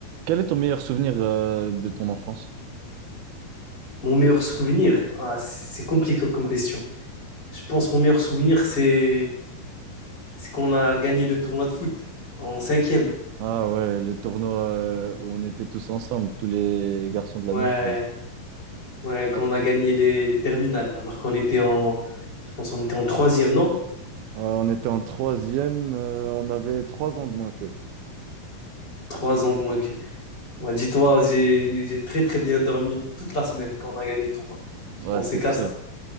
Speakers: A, on the right; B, on the left.
A: Quel est ton meilleur souvenir euh, de ton enfance?
B: Mon meilleur souvenir, ah, c'est compliqué comme question. Je pense que mon meilleur souvenir, c'est c'est qu'on a gagné le tournoi de foot en cinquième.
A: Ah ouais, les tournois euh, où on était tous ensemble, tous les garçons de la
B: Ouais,
A: même classe.
B: ouais, qu'on
A: Ouais.
B: a gagné les, les terminales, alors qu'on était en, je pense qu'on était en troisième, non?
A: Ouais, on était en troisième, euh, on avait trois ans de moins qu'eux.
B: Trois ans de moins que. Ouais, dis-toi, j'ai, j'ai très très bien dormi toute la semaine quand on a gagné le tournoi.
A: Ouais,
B: Je pensais
A: c'est
B: qu'à
A: sûr,
B: ça.